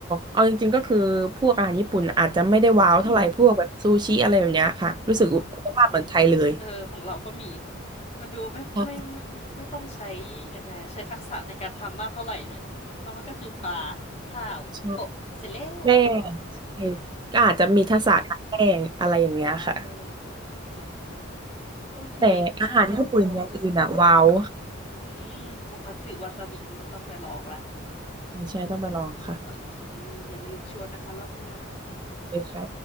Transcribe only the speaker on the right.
เอาจริงๆก็คือพวกอาหารญี่ปุ่นอาจจะไม่ได้ว้าวเท่าไหร่พวกแบบซูชิอะไรแบบเนี้ยค่ะรู้สึกคุณภาพเหมือนไทยเลย
ใช่
ใช่แป้งก็อาจจะมีทักษะการแป้งอะไรอย่างเงี้ยค่ะ
แต่อาหารญี่ปุ่นอย่างอื่นอะว้าว
ใช่ใช่ต้องไปลองค่ะ
เลยค่ะ